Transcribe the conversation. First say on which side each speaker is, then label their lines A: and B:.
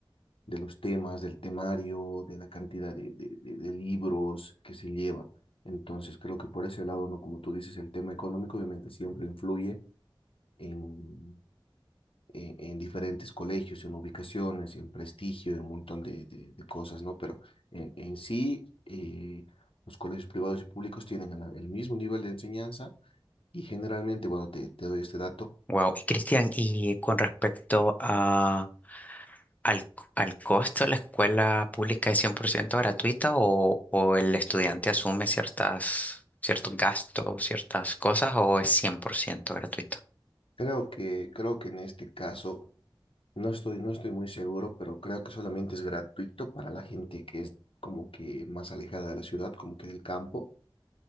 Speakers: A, on the left; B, on the left.
A: de los temas, del temario, de la cantidad de, de, de- de libros que se lleva. Entonces, creo que por ese lado, ¿no? Como tú dices, el tema económico obviamente siempre influye en, en, en diferentes colegios, en ubicaciones, en prestigio, en un montón de, de- de cosas, ¿no? Pero en, en sí, eh, los colegios privados y públicos tienen el mismo nivel de enseñanza y generalmente, bueno, te, te doy este dato.
B: Wow. Y Cristian, y con respecto a, al, al costo, ¿la escuela pública es 100% gratuita o, o el estudiante asume ciertas, ciertos gastos, ciertas cosas o es 100% gratuito?
A: Creo que, creo que en este caso No estoy, no estoy muy seguro, pero creo que solamente es gratuito para la gente que es como que más alejada de la ciudad, como que del campo,